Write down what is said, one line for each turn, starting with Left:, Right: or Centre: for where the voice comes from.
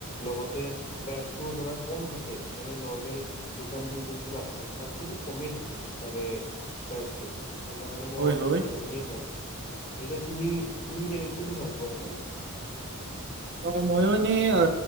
Left: লগতে প্ৰাইচটোও ধৰা কম থাকে, এনে নৰ্মেল দোকানবোৰ যোনবোৰ আছে তাতকে টো কমেই থাকে, তাৰে প্ৰাইচটো। সেইকাৰণে মই
Right: হয় হয়
Left: অনলাইন কিনিয়ে ভাল পাওঁ। এতিয়া, তুমি, তুমি কেনে-কোনটো ভাল পোৱা এনে?
Right: অ', ময়ো এনে অ,